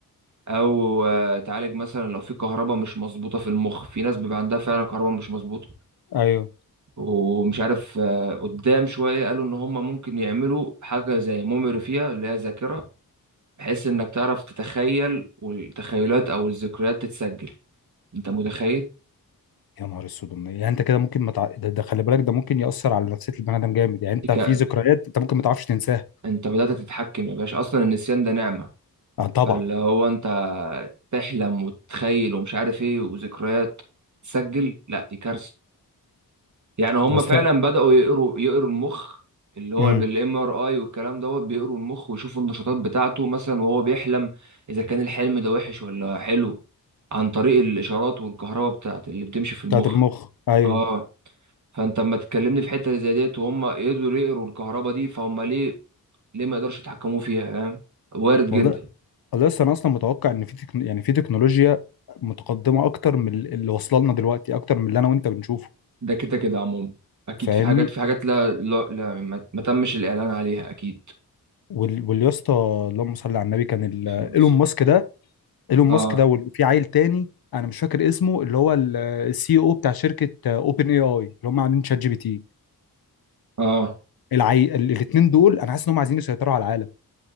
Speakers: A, on the right; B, on the left.
A: او آه، تعالج مثلا لو في كهرباء مش مظبوطة في المخ في ناس بيبقى عندها فعلا كهرباء مش مظبوطة
B: ايوه
A: ومش عارف آه، قدام شوية قالوا ان هم ممكن يعملوا حاجة زي ميموري فيها اللي هي ذاكرة بحيث انك تعرف تتخيل والتخيلات او الذكريات تتسجل انت متخيل
B: يا نهار اسود يعني انت كده ممكن ما متع... ده, ده خلي بالك ده ممكن يأثر على نفسية البني ادم جامد يعني انت
A: تك...
B: في ذكريات انت ممكن ما تعرفش تنساها
A: انت بدأت تتحكم يا باشا اصلا النسيان ده نعمة
B: اه طبعا
A: فاللي هو انت تحلم وتتخيل ومش عارف ايه وذكريات تسجل لا دي كارثة يعني هم
B: يا اسطى
A: فعلا بدأوا يقروا يقروا المخ اللي هو
B: امم
A: بالام ار اي والكلام دوت بيقروا المخ ويشوفوا النشاطات بتاعته مثلا وهو بيحلم اذا كان الحلم ده وحش ولا حلو عن طريق الاشارات والكهرباء بتاعت اللي بتمشي في المخ
B: بتاعت المخ ايوه
A: اه فانت اما تكلمني في حته زي ديت وهم يقدروا يقروا الكهرباء دي فهم ليه ليه ما يقدرش يتحكموا فيها فاهم وارد
B: والله
A: جدا
B: والله لسه انا اصلا متوقع ان في تكن... يعني في تكنولوجيا متقدمة اكتر من ال- اللي واصله لنا دلوقتي اكتر من اللي انا وانت بنشوفه
A: ده كده كده عموما اكيد
B: فاهمني
A: في حاجات في حاجات لا لا, لا ما ما تمش الاعلان عليها اكيد
B: وال... واليا اسطى اللهم صل على النبي كان ال...
A: صلى
B: ايلون
A: الله عليه وسلم.
B: ماسك ده ايلون ماسك
A: اه
B: ده وفي عيل تاني انا مش فاكر اسمه اللي هو السي او بتاع شركة اوبن اي اي اللي هم عاملين شات جي بي تي
A: اه
B: العي... الاثنين دول انا حاسس ان هم عايزين يسيطروا على العالم